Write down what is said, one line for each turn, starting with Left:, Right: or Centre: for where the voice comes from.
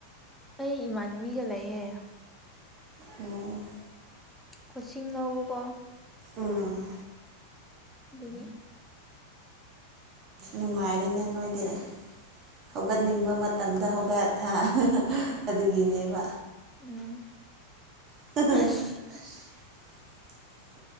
Centre: ꯑꯩ ꯏꯃꯥꯟꯅꯕꯤꯒ ꯂꯩꯌꯦ꯫
Right: ꯎꯝ ꯑꯣ
Centre: ꯀꯣꯆꯤꯡ ꯂꯧꯕꯀꯣ꯫
Right: ꯎꯝ꯫
Centre: ꯑꯗꯨꯒꯤ꯫
Right: ꯅꯨꯡꯉꯥꯏꯔꯦꯅꯦ ꯅꯣꯏꯗꯤ ꯍꯧꯒꯠꯅꯤꯡꯕ ꯃꯠ ꯇꯝꯗ ꯍꯧꯒꯠꯊꯥ ꯑꯗꯨꯒꯤꯅꯦꯕ꯫
Centre: ꯎꯝ꯫
Right: <unintelligible>
Centre: ꯑꯁ